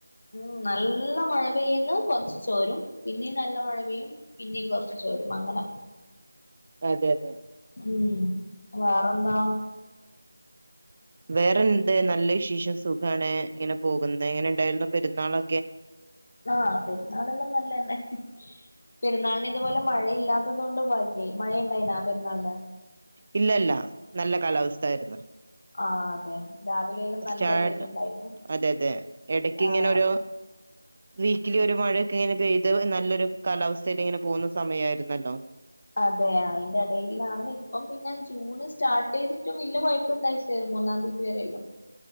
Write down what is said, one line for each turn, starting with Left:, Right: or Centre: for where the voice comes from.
Left: ഉം നല്ല മഴ പെയ്യുന്ന കൊ റച്ച് ചോരും പിന്നെയും നല്ല മഴ പെയ്യും പിന്നെയും കൊറച്ച് ചോരും അങ്ങനെ
Right: അതെ അതെ
Left: ഉം വേറെന്താ
Right: വേറെന്ത് നല്ല വിശേഷം സുഖാണ് ഇങ്ങനെ പോകുന്നത് ങ്ങനെ ഉണ്ടായിരുന്നു പെരുന്നാളൊ
Left: ആ പെരുന്നാളെല്ലാം നല്ലന്നെ. പെരുന്നാളിന് ഇതുപോലെ മഴയില്ലാത്തത് കൊണ്ട് ഭാഗ്യായി. മഴയുണ്ടായിനാ പെരുന്നാളിന്?
Right: ഇല്ലല്ല നല്ല കാലാവസ്ഥായിരുന്നു
Left: ആഹ് അതെ രാവിലെയെല്ലാം നല്ല
Right: ചായ
Left: വെയിലുണ്ടായിന്
Right: ഇടാം അതെ അതെ ഇടക്ക്
Left: ആഹ്
Right: ഇങ്ങനെരു വീക്കിലി ഒരു മഴക്കെ ഇങ്ങനെ പെയ ഇത് നല്ലൊരു കാലാവസ്ഥയേൽ ഇങ്ങനെ പോകുന്ന സമയ ആരുന്നല്ലോ
Left: അതെ അതിന്റെ എടയിലാന്ന് ഇപ്പം പിന്നെ ജൂണ് സ്റ്റാർട്ട് ചെയ്തിട്ടും വെല്ല കുഴപ്പ ഇണ്ടായിട്ടില്ല ഒരു മൂന്നാം തീയതി വരെെയല്ലാം